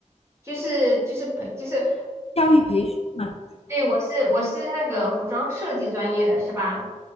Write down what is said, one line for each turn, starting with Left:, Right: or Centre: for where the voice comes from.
Right: 就是就是培就是，
Left: 教育培训嘛。
Right: 对，我是我是那个服装设计专业的是吧？